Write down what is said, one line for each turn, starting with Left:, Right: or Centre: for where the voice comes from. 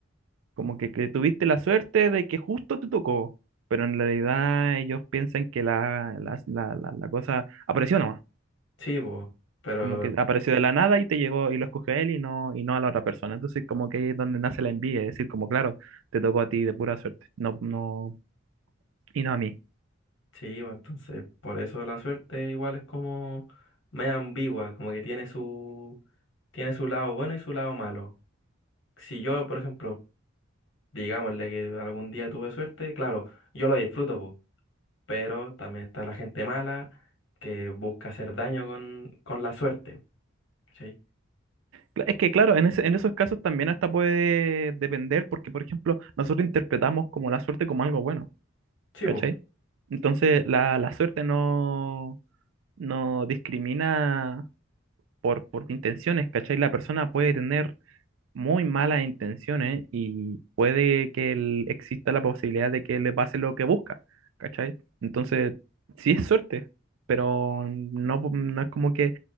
Right: Como que, que tuviste la suerte de que justo te tocó, pero en realidad ellos piensan que la, la, la, la, la cosa apareció nomás.
Left: Sí, bo, pero
Right: Como que apareció de la nada y te llegó y lo escogió a él y no, y no a la otra persona. Entonces, como que ahí es donde nace la envidia, es decir, como claro, te tocó a ti de pura suerte, no, no, y no a mí.
Left: sí, bo, entonces por eso la suerte igual es como media ambigua, como que tiene su, tiene su lado bueno y su lado malo. Si yo, por ejemplo, digámosle que algún día tuve suerte, claro, yo lo disfruto, po, pero también está la gente mala que busca hacer daño con, con la suerte, ¿cachai?
Right: Cla- Es que claro, en ese- en esos casos también hasta puede depender, porque por ejemplo, nosotros interpretamos como la suerte como algo bueno,
Left: Sí,
Right: ¿cachai?
Left: pues,
Right: Entonces la, la suerte no, no discrimina por, por intenciones, ¿cachai? La persona puede tener muy malas intenciones y puede que el- exista la posibilidad de que le pase lo que busca, ¿cachai? Entonces, sí es suerte, pero no, no es como que